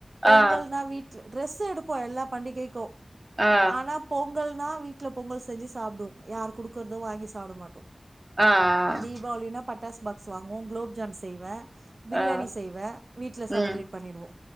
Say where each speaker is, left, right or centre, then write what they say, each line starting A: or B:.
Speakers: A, on the right (about 65°); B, on the right (about 25°).
A: பொங்கல்னா
B: ஆ ஆ
A: வீட் ட்ரெஸ் எடுப்போ எல்லா பண்டிகைக்கும்
B: ஆ
A: ஆனா பொங்கல்னா வீட்ல பொங்கல் செஞ்சு சாப்டுவோ யார் குடுக்குறதும் வாங்கி சாப்ட மாட்டோ
B: ஆ ஆ
A: தீபாவளினா பட்டாஸ் பாக்ஸ் வாங்குவோ குலோப் ஜாம் செய்வே பிரியாணி
B: ஆ
A: செய்வே வீட்ல செலபிரேட்
B: ம்
A: பண்ணிடுவோ